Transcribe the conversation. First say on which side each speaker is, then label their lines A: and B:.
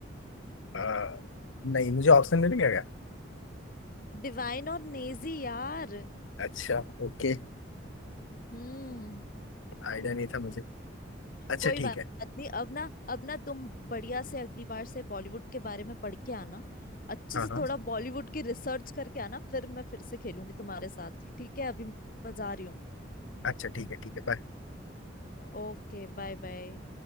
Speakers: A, on the left; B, on the left.
A: आ, नहीं मुझे ऑप्शन मिलेगा क्या
B: डिवाइन और नेजी यार
A: अच्छा ओके
B: हम्म
A: आइडिया नहीं था मुझे अच्छा
B: कोई
A: ठीक
B: बात
A: है
B: नहीं अब ना अब ना तुम बढ़िया से अगली बार से बॉलीवुड के बारे में पढ़ के आना अच्छे
A: हाँ
B: से
A: हाँ
B: थोड़ा बॉलीवुड की रिसर्च करके आना फिर मैं फिर से खेलूंगी तुम्हारे साथ ठीक है अभी मैं जा रही हूँ
A: अच्छा ठीक है ठीक है बाय
B: Okay bye bye